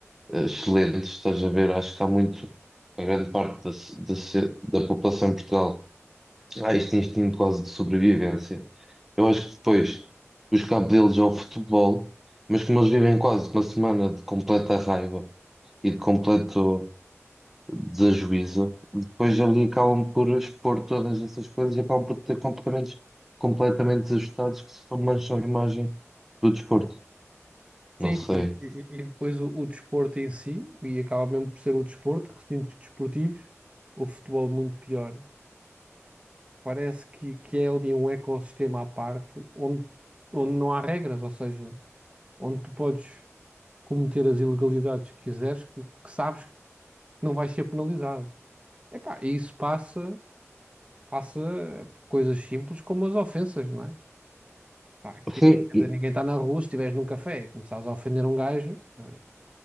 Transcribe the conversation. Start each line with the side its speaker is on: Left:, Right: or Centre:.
Centre: eh, excelentes, estás a ver? Acho que há muito, a grande parte da, so- da, so- da população em Portugal Há este instinto quase de sobrevivência. Eu acho que depois os cabos deles ao futebol, mas como eles vivem quase uma semana de completa raiva e de completo desajuízo, depois ali acabam por expor todas essas coisas e acabam por ter comportamentos completamente desajustados que só mancham a imagem do desporto.
Right: Sim,
Centre: Não sei.
Right: e, e- e depois o, o desporto em si, e acaba mesmo por ser o desporto, recintos desportivos, o futebol muito pior. Parece que, que é ali um ecossistema à parte onde, onde não há regras, ou seja, onde tu podes. cometer as ilegalidades que quiseres, que que sabes que não vais ser penalizado. Epá, e isso passa, passa por coisas simples como as ofensas, não é? Pá, aquilo,
Centre: Sim,
Right: quer
Centre: e-
Right: dizer, ninguém está na rua, se estiveres num café e começares a ofender um gajo, eh,